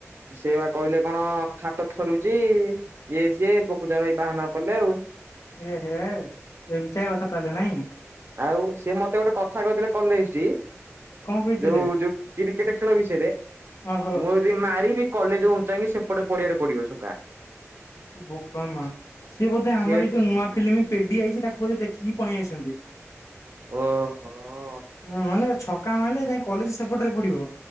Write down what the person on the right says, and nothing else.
ସେ ବା କହିଲେ କଣ ହାତ ଥରୁଛି ଇଏ ସିଏ, ବକୁଚା ଭାଇ ବାହାନା କଲେ ଆଉ।
ଆଉ ସେ ମତେ ଗୋଟେ କଥା କହିଥିଲେ କଲେଜ୍ ଟି
ଯୋଉ ଯୋଉ କ୍ରିକେଟ ଖେଳ ବିଷୟରେ,
ମୁ ଦି ମାରିବି କଲେଜ ଉଁଚାଇକି ସେପଟ ପଡ଼ିଆରେ ପଡ଼ିବ ଶୁକା।
ସେ
ଓହୋ